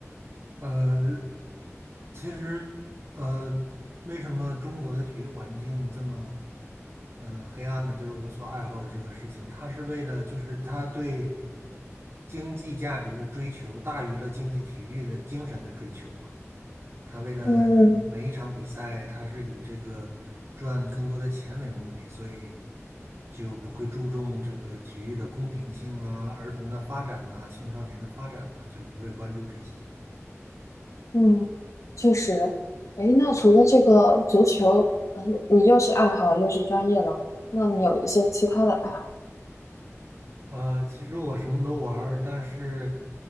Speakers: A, on the right; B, on the left.
A: 呃，其实，呃，为什么中国的体育环境这么，嗯、黑暗呢？就是我所爱好的这个事情，它是为了，就是它对经济价值的追求大于了经济体育的精神的追求嘛。它为了每一场比赛，
B: 嗯
A: 它是以这个赚更多的钱为目的，所以就不会注重这个体育的公平性啊、儿童的发展呐、青少年的发展呐、就不会关注这些。
B: 嗯，确实。哎，那除了这个足球，嗯，你又是爱好又是专业了，那你有一些其他的爱好？
A: 呃，其实我什么都玩儿但是，